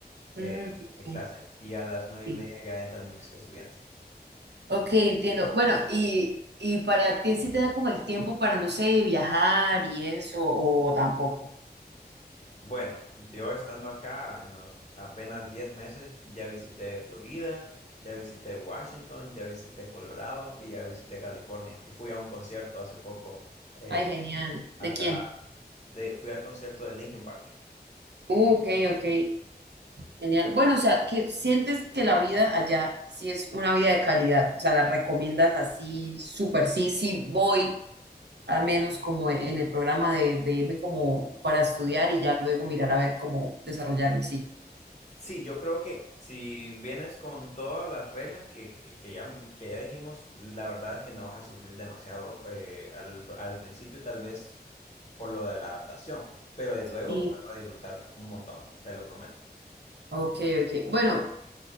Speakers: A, on the left; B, on the right.
A: eh,
B: mm,
A: mi
B: sí,
A: clase, y a las nueve
B: sí.
A: y media ya entran mis estudiantes.
B: Ok, entiendo. Bueno, y, y para ti sí te da como el tiempo para, no sé, viajar y eso o tampoco.
A: Bueno, yo estando acá en los apenas 10 meses, ya visité Florida, ya visité Washington, ya visité Colorado y ya visité California. Y fui a un concierto hace poco en
B: Ay, genial.
A: acá,
B: ¿De quién?
A: de, fui al concierto de Linkin Park.
B: Uh, ok, ok. Genial. Bueno, o sea, que sientes que la vida allá sí es una vida de calidad. O sea, la recomiendas así, súper. Sí, sí, voy, al menos como en el programa de, de irme como para estudiar y ya luego mirar a ver cómo desarrollarme, sí.
A: Sí, yo creo que si vienes con todas las reglas que, que, que ya, que ya dijimos, la verdad es que no vas a sufrir demasiado eh, al, al principio, tal vez por lo de la adaptación, pero de luego
B: Sí.
A: vas a disfrutar un montón, te lo prometo.
B: Ok, ok. Bueno,